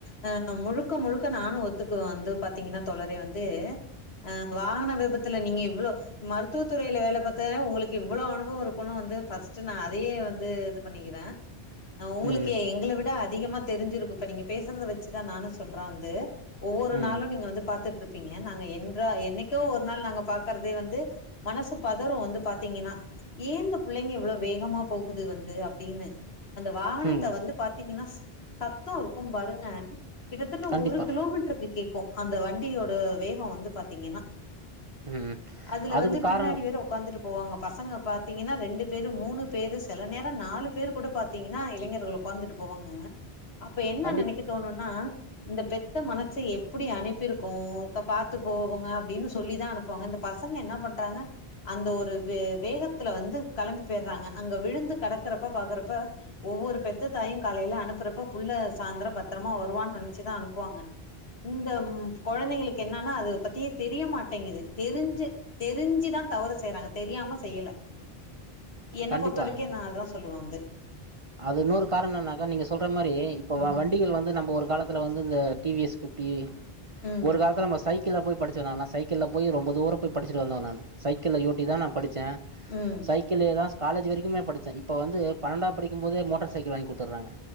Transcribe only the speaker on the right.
ம்
ம்
ம்
கண்டிப்பா
ம்
அதுக்கு
காரணோ
கண்டிப்
கண்டிப்பா
அது இன்னோரு காரணன்னனாக்கா நீங்க சொல்ற மாரி இப்ப
வண்டிகள் வந்து நம்ப ஒரு காலத் துல வந்து இந்த டி வி எஸ் பிஃப்டி
ஒரு காலத்துல நம்ம சைக் கிள்ள போய் படிச்சே நான்லா சைக்கிள்ள போயி ரொம்ப தூர போய் படிச்சுட்டு வந்தவ நானு சைக்கிள ஓட்டி தா நா படிச்சே
சைக்கிள்ளயேதா காலெஜ் வரைக்குமே படிச்சே இப்ப வந்து பன்னெண்டாப்படிக்கும் போதே மோட்டார் சைக்கிள் வாங்கிகுடுத்துறாங்க